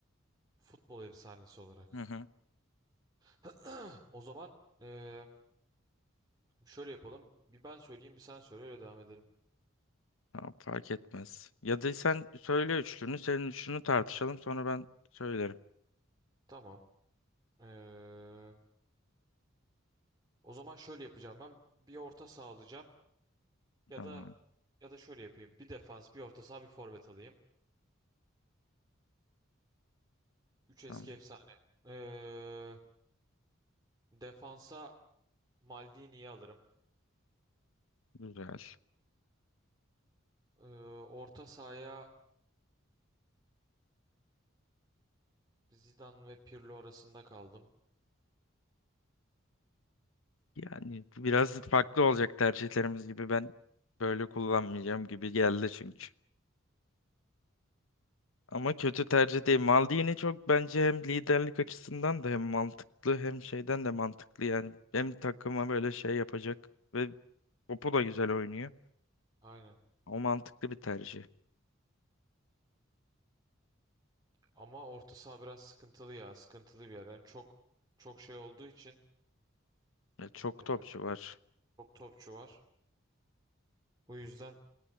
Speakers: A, on the right (about 20°); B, on the left (about 85°).
A: futbol efsanesi olarak?
B: Hı hı.
A: <clears throat> O zaman eee, şöyle yapalım. Bir ben söyleyeyim bir sen söyle öyle devam edelim.
B: Tamam, fark etmez. Ya da sen söyle üçlünü, senin üçlünü tartışalım sonra ben söylerim.
A: Tamam. Eee, o zaman şöyle yapacağım ben. Bir orta saha alacağım ya
B: Tamam.
A: da ya da şöyle yapayım. Bir defans, bir orta saha, bir forvet alayım. Üç eski
B: Tamam.
A: efsane. Eee, defansa Maldini'yi alırım.
B: Güzel.
A: Ee, orta sahaya Zidane ve Pirlo arasında kaldım.
B: Yani biraz farklı olacak tercihlerimiz gibi ben böyle kullanmayacağım gibi geldi çünkü. Ama kötü tercih değil. Maldini çok bence hem liderlik açısından da hem mantıklı hem şeyden de mantıklı yani. Hem takıma böyle şey yapacak ve topu da güzel oynuyor.
A: Aynen.
B: O mantıklı bir tercih.
A: Ama orta saha biraz sıkıntılı ya. Sıkıntılı bir yer. Yani çok çok şey olduğu için
B: Ya çok
A: e,
B: topçu var.
A: çok topçu var. O yüzden